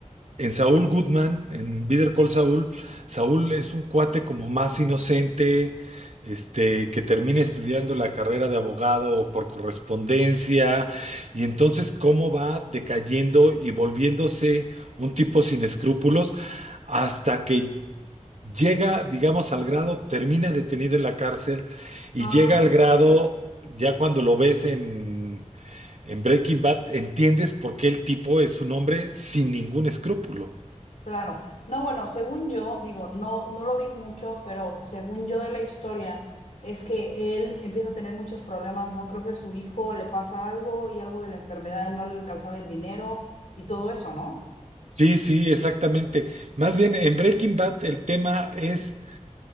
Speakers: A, on the right; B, on the left.
A: en Saúl Goodman, en Better Call Saúl, Saúl es un cuate como más inocente, este, que termina estudiando la carrera de abogado por correspondencia, y entonces cómo va decayendo y volviéndose un tipo sin escrúpulos hasta que llega, digamos, al grado, termina detenido en la cárcel y
B: Ajá.
A: llega al grado, ya cuando lo ves en, en Breaking Bad, entiendes por qué el tipo es un hombre sin ningún escrúpulo.
B: Claro. No, bueno, según yo, digo, no, no lo vi mucho, pero según yo de la historia, es que él empieza a tener muchos problemas, ¿no? Creo que su hijo le pasa algo y algo de la enfermedad y no le alcanzaba el dinero y todo eso, ¿no?
A: Sí, sí, exactamente. Más bien, en Breaking Bad el tema es,